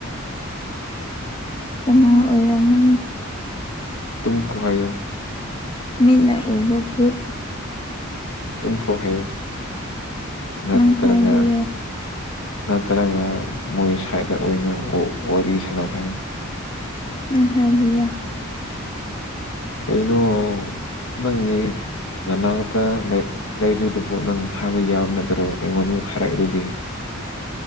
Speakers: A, on the left; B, on the left.
A: ꯀꯅꯥ ꯑꯣꯏꯔꯝꯃꯅꯤ
B: ꯇꯨꯡ ꯀ ꯍꯥꯏꯔ
A: ꯃꯤꯅ ꯎ ꯋꯥꯄꯨꯗ
B: ꯇꯨꯡꯐ꯭ꯔꯣ ꯍꯥꯏꯌꯣ ꯅꯠꯇ꯭ꯔꯒ
A: ꯅꯪꯈꯥꯏꯒꯤ
B: ꯅꯠꯇ꯭ꯔꯒ ꯃꯣꯏ ꯁ꯭ꯋꯥꯗ ꯑꯣꯏꯅ ꯋꯥꯔꯤ ꯁꯦꯅꯧ ꯍꯥꯏ
A: ꯑꯍꯕꯤ
B: ꯀꯩꯅꯩꯅꯣ ꯅꯪꯒꯤ ꯅꯅꯥꯇ ꯂꯩꯔꯤꯗꯨꯕꯨ ꯅꯪ ꯍꯥꯏꯕ ꯌꯥꯕ ꯅꯠꯇꯔꯣ ꯑꯩꯉꯣꯟꯗ ꯑꯃꯨꯛ ꯍꯥꯏꯔꯛꯑꯦ ꯑꯗꯨꯗꯤ